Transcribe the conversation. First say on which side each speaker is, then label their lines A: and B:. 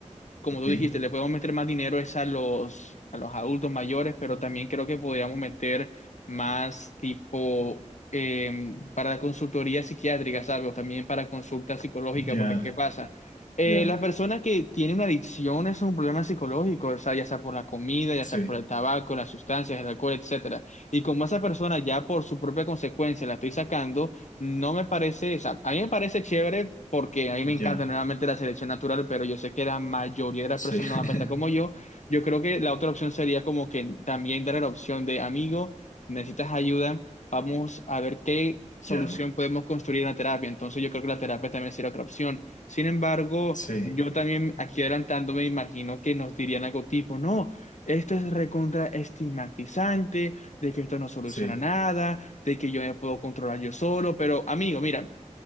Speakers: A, on the left; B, on the left.
A: como
B: Ok,
A: tú dijiste, le podemos meter más dinero es a los, a los adultos mayores, pero también creo que podríamos meter más tipo eh, para la consultoría psiquiátrica, algo También para consulta psicológica,
B: ya,
A: porque ¿qué pasa? Eh,
B: ya.
A: las personas que tienen una adicción es un problema psicológico, o sea, ya sea por la comida, ya
B: Sí,
A: sea por el tabaco, las sustancias, el alcohol, etcétera. Y como esa persona ya por su propia consecuencia la estoy sacando, no me parece, o sea, a mí me parece chévere porque a mí me encanta
B: ya,
A: nuevamente la selección natural, pero yo sé que la mayoría de las
B: sí,
A: personas no van a pensar
B: <laughs>
A: como yo. Yo creo que la otra opción sería como que también dar la opción de amigo, necesitas ayuda, vamos a ver qué solución
B: ya,
A: podemos construir en la terapia. Entonces yo creo que la terapia también sería otra opción. Sin embargo,
B: sí,
A: yo también aquí adelantando me imagino que nos dirían algo tipo, no, esto es recontra estigmatizante, de que esto no soluciona
B: sí,
A: nada de que yo me puedo controlar yo solo, pero amigo, mira,